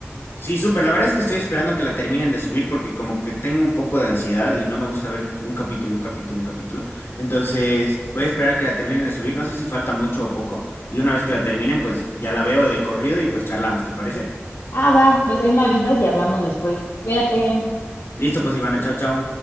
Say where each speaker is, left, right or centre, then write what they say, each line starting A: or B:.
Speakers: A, on the left; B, on the left.
A: Sí, súper. La verdad es que estoy esperando que la terminen de subir porque como que tengo un poco de ansiedad y no me gusta ver un capítulo, un capítulo, un capítulo. Entonces voy a esperar a que la terminen de subir. No sé si falta mucho o poco. Y una vez que la terminen, pues ya la veo de corrido y pues charlamos, ¿te parece?
B: Ah, va, pues ahí me avisas y hablamos después. Cuídate.
A: Listo, pues Ivana, chao, chao.